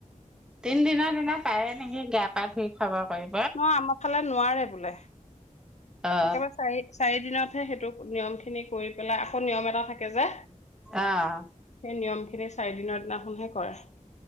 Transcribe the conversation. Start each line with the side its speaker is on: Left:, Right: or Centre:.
Centre: তিন দিনৰ দিনা পাৰে নেকি গা-পা ধুই। খাব পাৰিম।
Left: নহয় আমাৰ ফালেট নোৱাৰে বোলে।
Centre: অ
Left: একেবাৰে চাৰি-চাৰি দিনত। সেই সেইটো নিয়ম খিনি কৰি পেলাই আকৌ নিয়ম এটা থাকে যে
Centre: অ'।
Left: সেই নিয়ম খিনি চাৰিদিনৰ দিনাখনহে কৰে।